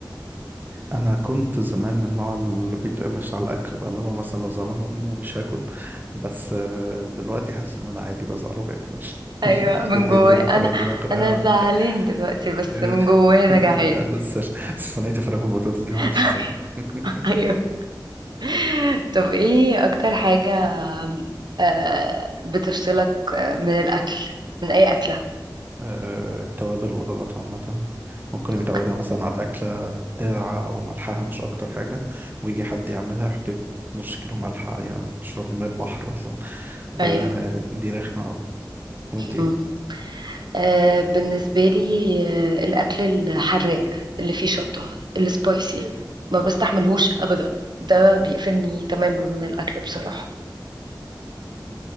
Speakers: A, on the right (about 25°); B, on the right (about 70°).
A: انا كنت زمان من النوع اللي بيتقمش على الاكل بقى اللي هو مثلا لو زعلان من امه مش هاكل بس آه، دلوقتي حاسس ان انا عادي بزعل وباكل <laughs> مش
B: ايوه من
A: دي
B: جوايا
A: دي نقرة
B: انا
A: دي نقرة
B: انا زعلان دلوقتي بس
A: <laughs>
B: من جوايا انا جعان
A: بس ال- صينية الفراخ والبطاطس دي
B: <laughs>
A: محدش يسويها <laughs>
B: ايوه <laughs> طب ايه اكتر حاجة آه، بتفصلك آه، من الاكل من اي اكلة
A: آه، التوابل الغلط عامة ممكن متعودة
B: اوكي
A: مثلا على الأكلة ساعة أو ملحها مش أكتر حاجة ويجي حد يعملها يحط لك نص كيلو ملح عليها يعني تشربي مية بحر مثلا
B: ايوه
A: آه، دي رخمة أوي وأنتي؟
B: مم. آه، بالنسبة لي آه، الاكل الحراق اللي فيه شطة السبايسي ما بستحملهوش ابدا ده بيقفلني تماما من الاكل بصراحة